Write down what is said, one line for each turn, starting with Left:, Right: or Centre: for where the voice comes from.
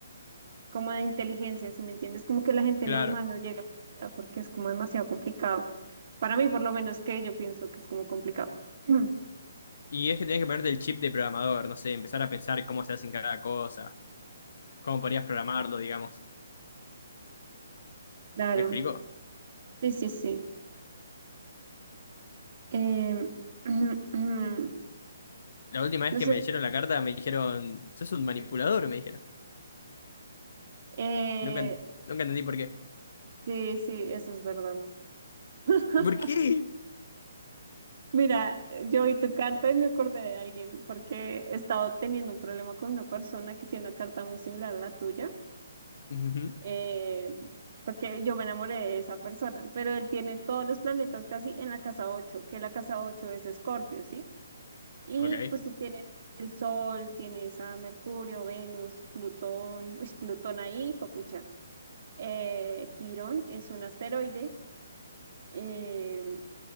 Right: como de inteligencia, si me entiendes? Como que la gente
Left: Claro.
Right: normal no llega hasta porque es como demasiado complicado. Para mí, por lo menos que yo pienso que es como complicado. <clears throat>
Left: Y es que tenés que ponerte el chip de programador, no sé, empezar a pensar cómo se hacen cada cosa, cómo podrías programarlo, digamos.
Right: Claro,
Left: ¿Me, me explicó?
Right: sí, sí, sí. Em, <clears throat>
Left: La última vez
Right: no
Left: que
Right: sé,
Left: me leyeron la carta me dijeron, sos un manipulador,
Right: sí.
Left: me dijeron.
Right: Eh,
Left: Nunca, nunca entendí por qué.
Right: sí, sí, eso es verdad. <laughs>
Left: ¿Por qué?
Right: Mira, yo vi tu carta y me acordé de alguien porque he estado teniendo un problema con una persona que tiene una carta muy similar a la tuya,
Left: Ujú.
Right: eh, porque yo me enamoré de esa persona, pero él tiene todos los planetas casi en la casa 8, que la casa 8 es Escorpio, ¿sí? Y
Left: Ok,
Right: pues tú tienes el Sol, tienes a Mercurio, Venus, Plutón, uy, Plutón ahí, juepucha. Eh, Quirón es un asteroide. em,